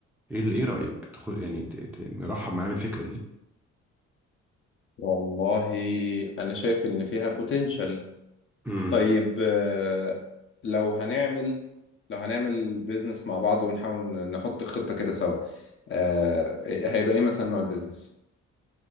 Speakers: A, in the centre; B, on the left (about 40°).
A: ايه ايه رايك تاخد يعني ت- ت- مرحب معايا بالفكره دي
B: والله انا شايف ان فيها بوتنشال
A: امم
B: طيب آه، لو هنعمل لو هنعمل بيزنس مع بعض ونحاول نحط خطه كده سوا آه، هيبقى ايه مثلا نوع البيزنس